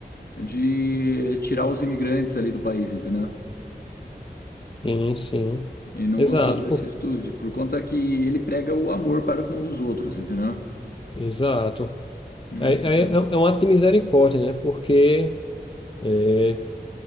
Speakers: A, on the left (about 65°); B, on the left (about 30°).
A: de tirar os imigrantes ali do país, entendeu?
B: Sim, sim.
A: E não
B: Exato,
A: gostou dessa
B: pô.
A: atitude, por conta que ele prega o amor para com os outros, entendeu?
B: Exato.
A: Uhum,
B: Aí- aí É, é um ato de misericórdia, né? Porque eh,